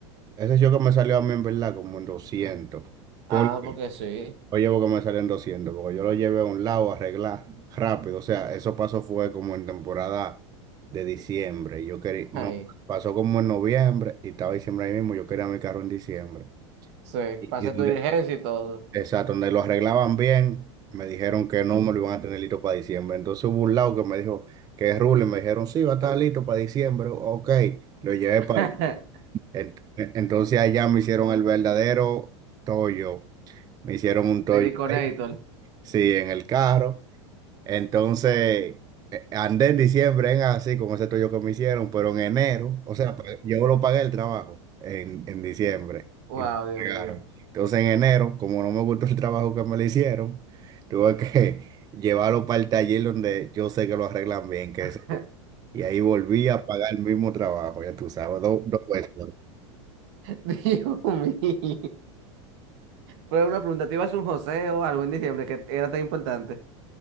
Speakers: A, on the right (about 25°); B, on the right (about 65°).
A: ese choque me salió a mí en verdad como en 200, porque
B: Ah, porque sí.
A: Oye, porque me salen 200 porque yo lo llevé a un lado a arreglar rápido. O sea, eso pasó fue como en temporada de diciembre. Yo quería,
B: Ay,
A: no, pasó como en noviembre y estaba diciembre ahí mismo. Yo quería mi carro en diciembre.
B: sí,
A: Y,
B: pasé
A: y
B: tu
A: donde-
B: diligencia y todo.
A: exacto, donde lo arreglaban bien, me dijeron que no me lo iban a tener listo para diciembre. Entonces hubo un lado que me dijo que es ruling, me dijeron sí, va a estar listo para diciembre. Ok, lo llevé
B: <laughs>
A: para allá. Ent- Entonces allá me hicieron el verdadero tollo. Me hicieron un tollo.
B: Siliconator.
A: ahí. Sí, en el carro. Entonces, eh, andé en diciembre en así, con ese tuyo que me hicieron, pero en enero, o sea, Ah, pa- yo lo pagué el trabajo en, en diciembre
B: Wow,
A: y me
B: Dios
A: entregaron.
B: mío.
A: Entonces, en enero, como no me gustó el trabajo que me le hicieron, tuve que <laughs> llevarlo para el taller donde yo sé que lo arreglan bien, que
B: <laughs>
A: es... Y ahí volví a pagar el mismo trabajo, ya tú sabes, dos, dos veces.
B: Dios mío. Pero una pregunta, ¿te ibas a un joseo algo en diciembre que era tan importante?